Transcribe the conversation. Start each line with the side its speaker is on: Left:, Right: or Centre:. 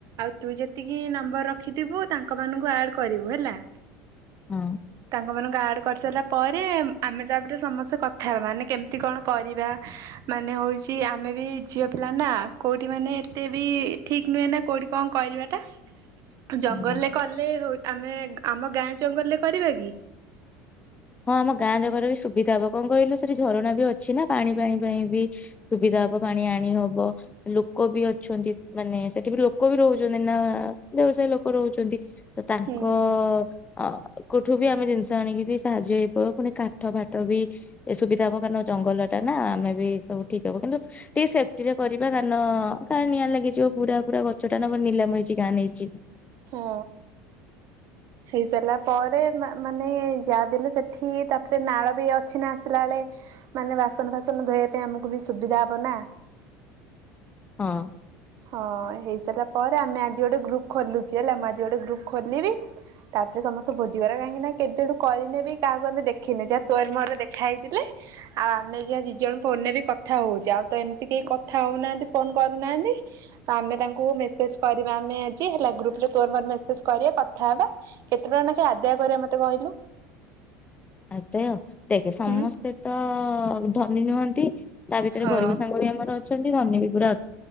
Right: ଆଉ ତୁ ଯେତିକି ନମ୍ବର ରଖିଥିବୁ ତାଙ୍କମାନଙ୍କୁ ଆଡ଼ କରିବୁ ହେଲା।
Left: ହଁ।
Right: ସାଙ୍ଗ ମାନଙ୍କୁ ଆଡ କରିସାରିଲା ପରେ ଆମେ ତାପରେ ସମସ୍ତେ କଥା ହେବା ମାନେ କେମିତି କଣ କରିବା ମାନେ ହଉଛି ଆମେ ବି ଝିଅ ପିଲା ନା କୋଉଠି ମାନେ ଏତେ ବି ଠିକ ନୁହେଁ ନା କୋଉଠି କଣ କରିବାଟା। ଜଙ୍ଗଲରେ
Left: ହଁ।
Right: କଲେ ହଉ ଆମେ ଆମ ଗାଁ ଜଙ୍ଗଲରେ କରିବା କି?
Left: ହଁ ଆମ ଗାଁ ଜଙ୍ଗଲରେ ସୁବିଧା ହବ କଣ କହିଲୁ ସେଠି ଝରଣା ବି ଅଛି ନା ପାଣି ଫାଣି ପାଇଁ ବି ସୁବିଧା ହବ ପାଣି ଆଣି ହବ ଲୋକ ବି ଅଛନ୍ତି ମାନେ ସେଠି ବି ଲୋକ ବି ରହୁଛନ୍ତି ନା ଦେହୁରି ସାଇ ଲୋକ ରହୁଛନ୍ତି। ତ ତାଙ୍କ
Right: ହୁଁ
Left: ହ କୋଉଠୁ ବି ଆମେ ଜିନିଷ ଆଣିକି ବି ସାହାଯ୍ୟ ହେଇପିବ ପୁଣି କାଠ ଫାଠ ବି ଏ ସୁବିଧା ହବ କାରଣ ଜଙ୍ଗଲ ଟା ନା ଆମେ ବି ସବୁ ଠିକ ହବ କିନ୍ତୁ ଟିକେ ସେଫ୍ଟି ରେ କରିବା କାରଣ କା ନିଆଁ ଲାଗିଯିବ ପୁରା ପୁରା ଗଛଟା ନା ନିଲାମ ହେଇଛି କାଁ ନେଇଯିବ।
Right: ହଁ ହେଇ ସାରିଲା ପରେ ମାନେ ଯାହା ବିଲେ ସେଠି ତାପରେ ନାଳ ବି ଅଛି ନା ଆସିଲା ବେଳେ ମାନେ ବାସନ ଫାସନ ଧୋଇବା ପାଇଁ ଆମକୁ ବି ସୁବିଧା ହବ ନା।
Left: ହଁ।
Right: ହଁ ହେଇସାରିଲା ପରେ ଆମେ ଆଜି ଗୋଟେ ଗ୍ରୁପ ଖୋଲୁଛି ହେଲା ମୁଁ ଆଜି ଗୋଟେ ଗ୍ରୁପ ଖୋଲିବି। ତାପରେ ସମସ୍ତେ ଭୋଜିଗଲା କାହିଁକି ନା କେବେଠୁ କରିନେବି କାହାକୁ ଆମେ ଦେଖିନେ ଯାହା ତୋର ମରେ ଦେଖା ହେଇଥିଲେ। ଆଉ ଆମେ ଯାହା ଦି ଜଣ ଫୋନ ନେବ କଥା ହଉଛେ। ଆଉ ତ ଏମିତି କେହି କଥା ହଉନାହାନ୍ତି ଫୋନ କରୁନାହାନ୍ତି। ଆମେ ତାଙ୍କୁ ମେସେଜ କରିବା ଆମେ ଆଜି ହେଲା ଗ୍ରୁପ୍ପରେ ତୋର ମର ମେସେଜ କରିବା କଥା ହେବା କେତେ ଟଙ୍କା ଲେଖାଏଁ ଆଦାୟ କରିବା ମତେ କହିଲୁ?
Left: ଆଦୟ ଦେଖେ ସମସ୍ତେ
Right: ହୁଁ
Left: ତ ଧନୀ ନିୁଅନ୍ତି। ତା ଭିତରେ
Right: ହଁ
Left: ଗରିବ ସାଙ୍ଗ ବି ଆମର ଅଛନ୍ତି ଧାନେ ବି ପୁରା